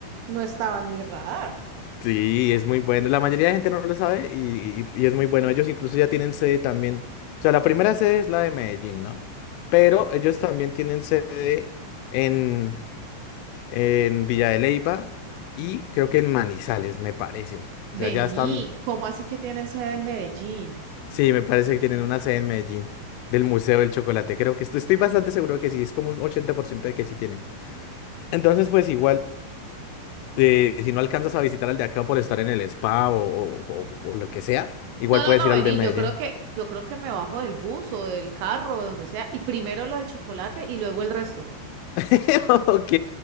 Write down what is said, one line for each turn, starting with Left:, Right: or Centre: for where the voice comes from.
Right: no estaba en mi radar.
Left: Sí, es muy bueno. La mayoría de gente no lo sabe y, y- y es muy bueno. Ellos incluso ya tienen sede también. O sea, la primera sede es la de Medellín, ¿no? Pero ellos también tienen sede en, en Villa de Leyva y creo que en Manizales, me parece.
Right: Vení,
Left: O sea, ya están.
Right: ¿cómo así que tienen sede en Medellín?
Left: Sí, me parece que tienen una sede en Medellín del Museo del Chocolate. Creo que estoy, estoy bastante seguro que sí. Es como un 80% de que sí tienen. Entonces, pues igual. eh, si no alcanzas a visitar al de acá por estar en el spa o, o- o- o lo que sea, igual
Right: No, no,
Left: puedes
Right: no,
Left: ir
Right: vení,
Left: al de Medellín.
Right: yo creo que, yo creo que me bajo del bus o del carro, de donde sea, y primero lo del chocolate y luego el resto.
Left: <laughs> Ok,